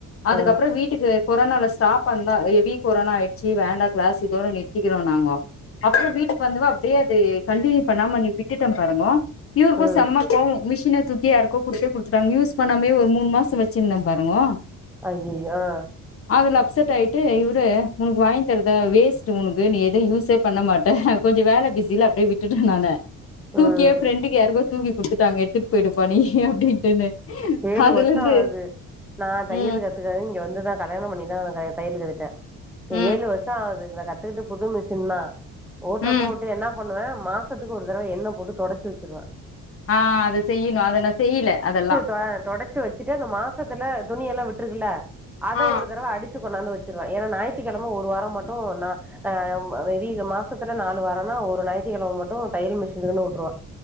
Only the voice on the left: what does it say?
அதுக்கப்பறோ
வீட் இது கொரோனால ஸ்டாப் பண்ண ஹெவி கொரோனா ஆய்ச்சு வேண்டா கிளாஸ் இதோட நிறுத்திக்கிறோ நாங்கோ அப்றோ வீட்டு வந்தவ அப்டியே அது கண்டினியூ பண்ணாம நிப் விட்டுட்ட பாருங்கோ இவுருக்கு
செம்ம கோவோ மிஷின தூக்கி யாருக்கோ குடுத்து குடுத்துடாங்க யூஸ் பண்ணாமே ஒரு மூணு மாசோ வச்சிருந்தே பாருங்கோ
அதுல அப்செட் ஆயிட்டு இவுரு உனக்கு வாங்கி தருதா வேஸ்ட்டு உனக்கு நீ எதயு யூஸே பண்ண மாட்டே கொஞ்ச வேல பிஸில அப்டியே விட்டுட்டே நானு தூக்கியே
ஃப்ரண்ட் டுக்கு யாருக்கோ தூக்கி குடுத்துட்டாங்க எடுத்து போயிடுப்பா நீ அப்டின்ட்டுன்னு
அதுல
இருந்து
ம்
ம்
ம்
ஆ அது செய்யுங்க அது நா செய்யில அதல்லா
ஆ